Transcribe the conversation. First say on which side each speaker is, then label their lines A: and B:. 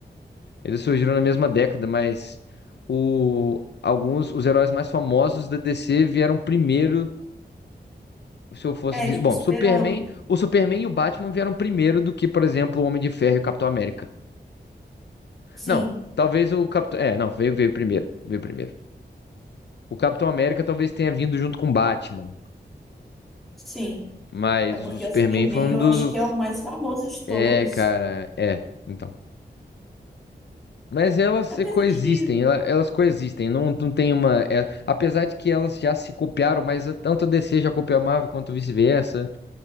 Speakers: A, on the left; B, in the centre.
A: Eles surgiram na mesma década, mas o... alguns, os heróis mais famosos da DC vieram primeiro, se eu fosse
B: É,
A: dizer...
B: tipo,
A: Bom,
B: super-homem.
A: Superman, o Superman e o Batman vieram primeiro do que, por exemplo, o Homem de Ferro e o Capitão América.
B: Sim,
A: Não, talvez o Capitão. É, não, veio, veio primeiro. Veio primeiro. O Capitão América talvez tenha vindo junto com o Batman.
B: sim.
A: Mas
B: É porque
A: o Superman
B: o Superman
A: foi um
B: eu
A: do.
B: acho que é o mais famoso de todos.
A: É, cara, é. Então. Mas elas se
B: Apesar
A: coexistem,
B: de que,
A: ela- elas coexistem, não, não tem uma. é, apesar de que elas já se copiaram, mas tanto a DC já copiou a Marvel quanto vice-versa.